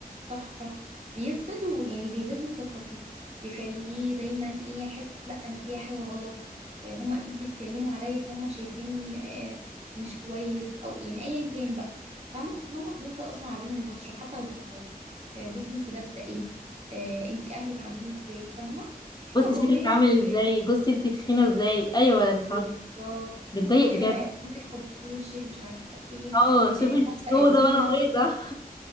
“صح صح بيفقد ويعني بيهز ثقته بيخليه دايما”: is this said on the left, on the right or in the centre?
Right